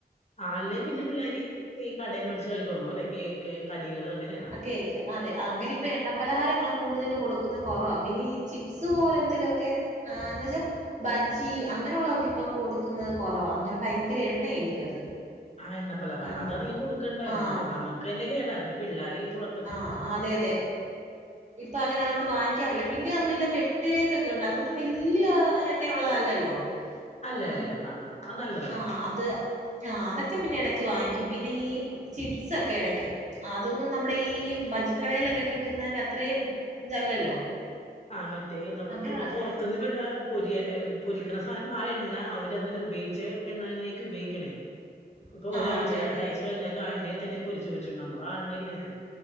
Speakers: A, on the left; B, on the right.
A: ആ അല്ലേ പിന്നെ പിള്ളേര് ഈ കടയിൽന്ന് വേടിച്ച് കഴിക്കോന്നോ അല്ലെ കേക്ക് കടികൾ അങ്ങനെ
B: ആ കേക്ക് അതെ അങ്ങനെ ഇപ്പൊ എണ്ണപ്പലഹാരങ്ങളാ കൂടുതൽ കൊടുക്കുന്ന കുറവാ പിന്നെ ഈ ചിപ്സ് പോലെ എന്തെലുമൊക്കെ ആഹ് എന്നച്ചാ ബജ്ജി അങ്ങനെയുള്ളതൊക്കെ ഇപ്പം കൊടുക്കുന്നത് കുറവാ അങ്ങനെ ഭയങ്കര എണ്ണയല്ലേ അത്
A: ആ എണ്ണ പലഹാരം
B: ആഹ്
A: അത് അധികം കൊടുക്കണ്ടാ
B: ആഹ്
A: നമക്ക് നമുക്ക് തന്നെ കേടാ പിന്നെ പിള്ളേർ തുടം
B: ആഹ അതെ അതെ ഇപ്പൊ അങ്ങനെ അതുകൊണ്ട് വാങ്ങിക്കാറില്ല പിന്നെ നമ്മളേല്ല വെട്ടുകേക്കൊക്കെ ഉള്ള അതൊന്നും വലിയ എണ്ണയൊള്ളതല്ലല്ലോ
A: അല്ല
B: ആ
A: അല്ല ആ അത് നല്ലതാണ്
B: ആഹ് അത് ആ അതൊക്കെ പിന്നെ ഇടക്ക് വാങ്ങിക്കും പിന്നെ ഈ ചിപ്സ് ഒക്കെ ഇടക്കു അതൊന്നും നമ്മുടെ ഈ ഭജിക്കടേലൊക്കെ കിട്ടുന്നതിന്റെ അത്രയും ഇതല്ലല്ലോ
A: ആഹ് മറ്റേ കപ്പ്
B: അങ്ങനെയുള്ള
A: ഇപ്പൊറത്ത് അത്ത്ന്ന് വിടാ പൊരിയലേ പൊരിക്കണ സാധനം ആ എണ്ണ അവരതിനെ ഉപയോഗിച്ച എണ്ണതന്നേയ്ക്കും ഉപയോഗിക്കണേ
B: <inaudible>
A: ഇപ്പൊ ഒരാഴ്ച
B: അതെ
A: രണ്ടാഴ്ച
B: അതെ
A: കഴിഞ്ഞാലും ആ എണ്ണയെതന്നെപൊരിച്ച്പൊരിച്ചിടണ നമ്മൾ ആ എണ്ണയില്ലേത്